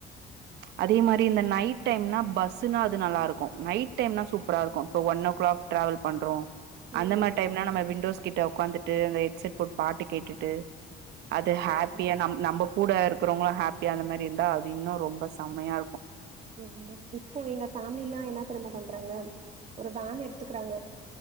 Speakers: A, on the right; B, on the right.
A: அதே மாரி இந்த நைட் டைம்னா பஸ்னா அது நல்லாருக்கு நைட் டைம்னா சூப்ரா இருக்கு இப்போ ஒன் ஓ கிளாக் ட்ராவல் பண்றோ
B: ம்
A: அந்த மாரி டைம்னா நம்ம விண்டோஸ் கிட்ட உக்காந்துட்டு அந்த ஹெட்செட் போட் பாட்டு கேட்டுட்டு அது ஹாப்பியா
B: ஜாலியா இருக்கு
A: நம் நம்ப கூட இருக்கிறவங்களு ஹாப்பியா அந்த மாரி இருந்தா அது இன்னு ரொம்ப செம்மையாருக்கு
B: ஆமா இப்போ எங்க ஃபேமலில்லா என்னா தெரியுமா பண்றாங்க ஒரு வேன் எடுத்துக்கறாங்க